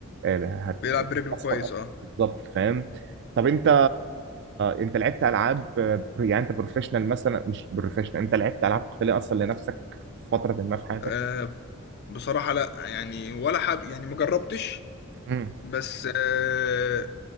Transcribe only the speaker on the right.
آه، هت-
هتاثر
أكتر.
بالظبط فاهم طب انت انت لعبت العاب آه، يعني انت بروفيشنال مثلا مش بروفيشنال انت لعبت العاب قتاليه اصلا لنفسك في فتره ما في حياتك
مم.